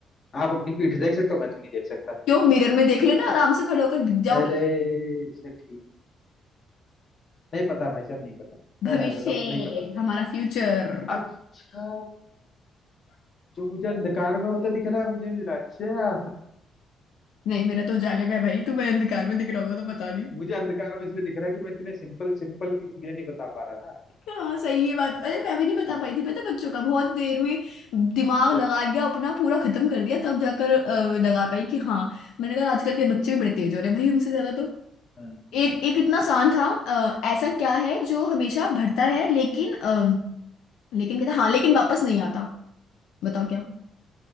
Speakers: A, on the left (about 40°); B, on the left (about 80°).
A: आप अपनी पीठ देख सकते हो मैं तो नहीं देख सकता
B: क्यों मिरर में देख लेना आराम से खड़े होकर दिख जाओगे
A: अरे से ठीक नहीं पता भाई साहब नहीं पता
B: भविष्य
A: ए, मतलब नहीं पता
B: हमारा फ्यूचर
A: अच्छा जो मुझे अंधकार में होता दिख रहा है मुझे मेरा अच्छा
B: नहीं मेरा तो उजाले में है भाई तुम्हें अंधकार में दिख रहा होगा तो पता
A: <laughs>
B: नहीं
A: मुझे अंधकार में इसलिए दिख रहा है कि मैं इतने सिंपल सिंपल ये नहीं बता पा रहा ना
B: हाँ सही है बात अरे मैं भी नहीं बता
A: हाँ,
B: पाई थी पता है बच्चों का बहुत देर में दिमाग लगा लिया अपना पूरा खत्म कर दिया तब जाकर अ, लगा पाई कि हाँ मैंने कहा आजकल के बच्चे भी बड़े तेज हो रहे हैं भाई हमसे ज्यादा
A: हाँ, हाँ।
B: एक एक इतना आसान था अ, ऐसा क्या है जो हमेशा भरता है लेकिन अ, लेकिन कहता हाँ लेकिन वापस नहीं आता बताओ क्या